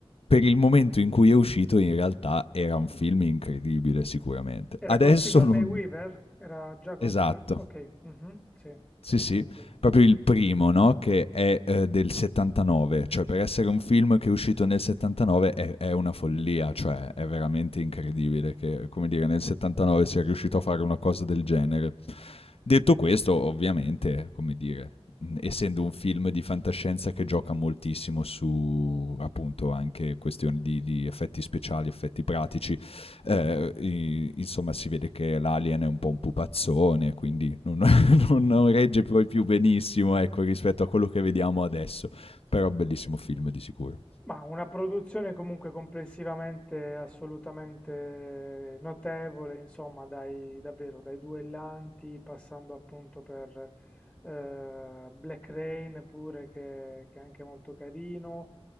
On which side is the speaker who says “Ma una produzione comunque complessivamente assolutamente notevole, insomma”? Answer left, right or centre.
Centre